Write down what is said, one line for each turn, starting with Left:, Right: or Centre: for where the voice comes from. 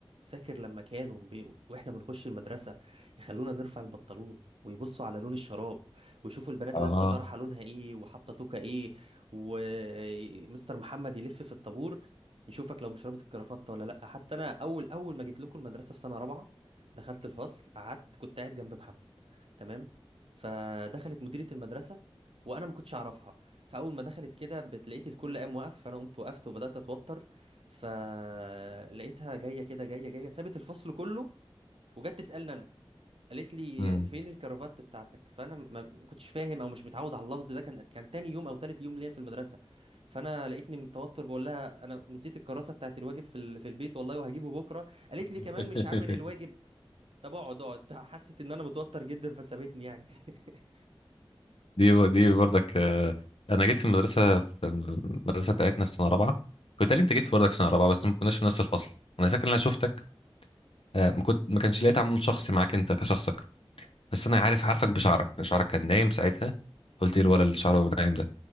Right: فاكر لما كانوا بي... واحنا بنخش المدرسه يخلونا نرفع البنطلون ويبصوا على لون الشراب ويشوفوا البنات
Left: اه
Right: لابسه طرحه لونها ايه وحاطه توكه ايه ومستر محمد يلف في الطابور يشوفك لو مش رابط الكرافته ولا لا حتى انا اول اول ما جيت لكم المدرسه في سنه رابعه دخلت الفصل قعدت كنت قاعد جنب محمد تمام فدخلت مديره المدرسه وانا ما كنتش اعرفها فاول ما دخلت كده بت- لقيت الكل قام وقف فانا قمت وقفت وبدات اتوتر فلقيتها جايه كده جايه جايه سابت الفصل كله وجت تسالني انا قالت لي
Left: مم.
Right: فين الكرافات بتاعتك فانا م- ما كنتش فاهم او مش متعود على اللفظ ده كان كان تاني يوم او تالت يوم ليا في المدرسه فانا لقيتني من التوتر بقول لها انا نسيت الكراسه بتاعت الواجب في ال- في البيت والله وهجيبه بكره قالت لي
Left: <laughs>
Right: كمان مش عامل الواجب طب اقعد اقعد حست ان انا متوتر جدا فسابتني يعني <laughs>
Left: دي دي برضك آه، انا جيت في المدرسه في المدرسه بتاعتنا في سنه رابعه كنت قال انت جيت برضك في سنه رابعه بس ما كناش في نفس الفصل انا فاكر ان انا شفتك آه، ما كنت ما كانش ليا تعامل شخصي معاك انت كشخصك بس انا عارف عارفك بشعرك شعرك كان نايم ساعتها قلت ايه الولد اللي شعره نايم